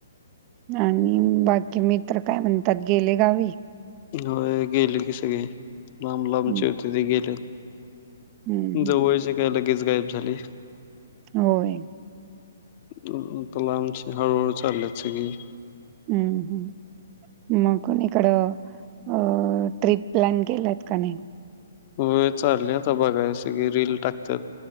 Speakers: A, on the right (about 30°); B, on the left (about 40°).
A: आणि बाकी मित्र काय म्हणतात गेले गावी?
B: होय गेले की सगळे, लांब लांबचे
A: हं,
B: होते ते गेल्यात.
A: हं, हं.
B: जवळचे काय लगेच गायब झाली.
A: होय.
B: मग आता लांबची हळूहळू चालल्यात सगळी.
A: हम्म, हम्म. मग कुणीकडं अ ट्रिप प्लॅन केलात काय नाही?
B: होय चाललंय आता बघायच सगळे रील टाकत्यात.